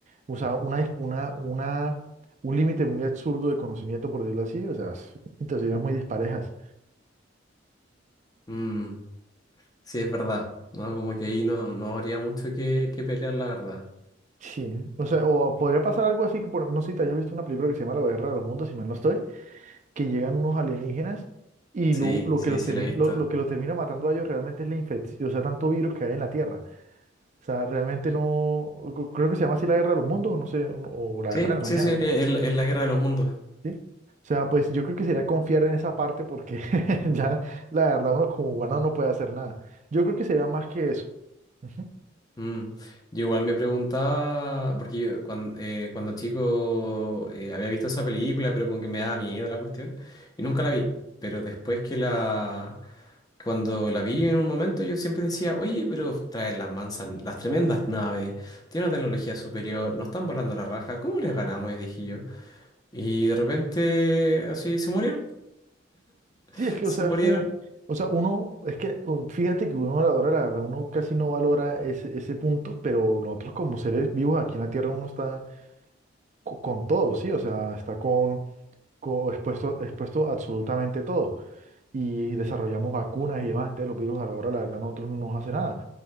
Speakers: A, on the right; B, on the left.
A: o sea, una, dis- una, una, un límite muy absurdo de conocimiento, por decirlo así, o sea, es- situaciones muy disparejas.
B: Mm, sí, es verdad. No, como que ahí no, no habría mucho que, que pelear, la verdad.
A: Sí, o sea, o podría pasar algo así, que por- no sé si te hayas visto una película que se llama La Guerra de los Mundos, si mal no estoy, que llegan unos alienígenas y
B: Sí,
A: lo, lo
B: sí,
A: que los
B: sí,
A: termina,
B: la he visto.
A: lo, lo que los termina matando a ellos realmente es la infección, o sea, tanto virus que hay en la Tierra. O sea, realmente no, creo que se llama así la guerra de los mundos, no sé, no, o la
B: Sí,
A: guerra del mañana,
B: sí, sí,
A: ¿no?
B: es, la es la guerra de los mundos.
A: ¿Sí? O sea, pues yo creo que sería confiar en esa parte porque <laughs> ya la verdad uno como humano no puede hacer nada. Yo creo que sería más que eso. Ujú.
B: Mm. Yo igual me preguntaba, porque yo cuando, cuando chico eh, había visto esa película, pero como que me daba miedo la cuestión, y nunca la vi. Pero después que la, cuando la vi en un momento, yo siempre decía, oye, pero traen las mansas, las tremendas naves, tienen una tecnología superior, nos están volando la raja, ¿cómo les ganamos? Y dije yo. Y de repente, así, se murieron, <laughs>
A: Sí, es que,
B: se
A: o sea,
B: murieron.
A: es como, o sea, uno, es que u- fíjate que uno valora, la verdad, uno casi no valora ese, ese punto, pero nosotros como seres vivos aquí en la Tierra uno está co- con, todo, ¿sí? O sea, está con, co- expuesto, expuesto a absolutamente todo. y desarrollamos vacunas y demás, entonces los virus a la hora, la verdad, a nosotros no nos hace nada.